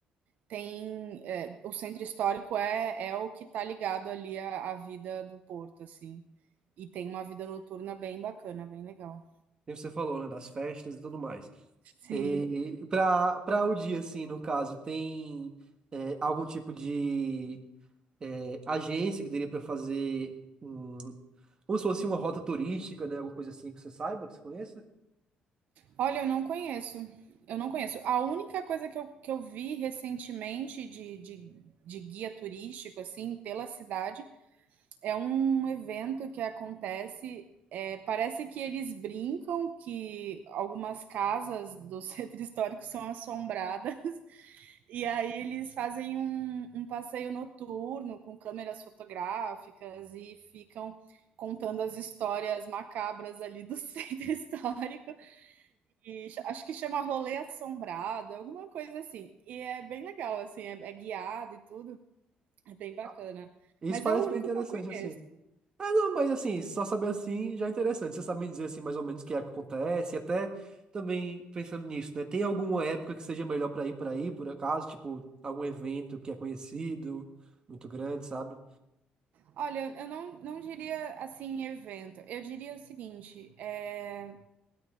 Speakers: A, on the right (about 65°); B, on the right (about 30°).
A: tem é, o centro histórico é, é o que está ligado ali à, à vida do porto, assim. E tem uma vida noturna bem bacana, bem legal.
B: Tem o que você falou, né, das festas e tudo mais.
A: Sim.
B: E para para o dia, assim, no caso, tem é, algum tipo de é, agência que daria para fazer um, como se fosse uma rota turística, né? Alguma coisa assim que você saiba, que você conheça.
A: Olha, eu não conheço. Eu não conheço. A única coisa que eu, que eu vi recentemente de, de, de guia turístico, assim, pela cidade, é um evento que acontece. é, parece que eles brincam que algumas casas do <laughs> centro histórico são assombradas, <laughs> e aí eles fazem um, um passeio noturno com câmeras fotográficas e ficam contando as histórias macabras ali do <laughs> centro histórico. E cha- acho que chama Rolê Assombrado, alguma coisa assim. E é bem legal, assim, é, é guiado e tudo. É bem bacana.
B: Ah, isso
A: Mas
B: parece
A: é o único
B: bem interessante,
A: que eu conheço.
B: assim. Ah, não, mas assim, só saber assim já é interessante. Você sabe me dizer assim, mais ou menos que época acontece, e até também pensando nisso, né? Tem alguma época que seja melhor para ir para aí, por acaso, tipo, algum evento que é conhecido, muito grande, sabe?
A: Olha, eu eu não, não diria assim evento. Eu diria o seguinte: é,